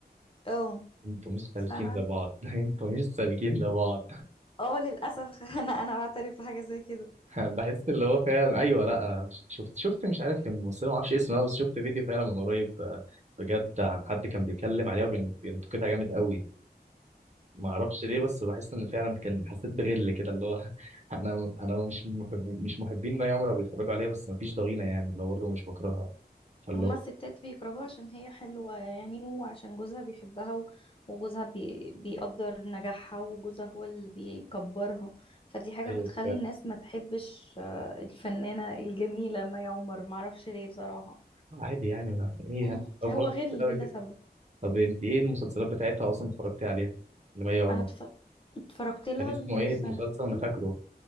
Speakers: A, on the left (about 30°); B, on the right (about 40°).
A: اه
B: انتوا مش سالكين
A: فانا
B: لبعض <laughs> انتوا مش سالكين لبعض
A: اه للاسف <laughs> انا انا بعترف بحاجه زي كده
B: <laughs> بحس اللي هو فعلا ايوه لا شفت شفت مش عارف كان ممثله ما اعرفش اسمها بس شفت فيديو فعلا من قريب آه، بجد عن حد كان بيتكلم عليها وبينتقدها جامد قوي ما اعرفش ليه بس بحس ان فعلا كان حسيت بغل كده اللي هو <laughs> انا انا مش محب مش محبين ما عمر بيتفرجوا عليها بس ما فيش ضغينه يعني اللي هو برضه مش بكرهها فاللي
A: هما
B: هو
A: الستات بيكرهوها عشان هي حلوة يعني هو عشان جوزها بيحبها و- وجوزها بي... بيقدر نجاحها وجوزها هو اللي بيكبرها فدي حاجة
B: ايوه
A: بتخلي
B: فعلا.
A: الناس ما تحبش آه، الفنانة الجميلة مي عمر معرفش ليه بصراحة
B: عادي يعني ما ايه
A: مم.
B: يعني أفور
A: هو غل
B: أوي
A: بلا
B: كده.
A: سبب
B: طب انت ايه المسلسلات بتاعتها اصلا اتفرجتي عليها لمي عمر
A: انا اتف... اتفرجت لها
B: كان اسمه
A: السنة
B: ايه المسلسل انا
A: دي
B: فاكره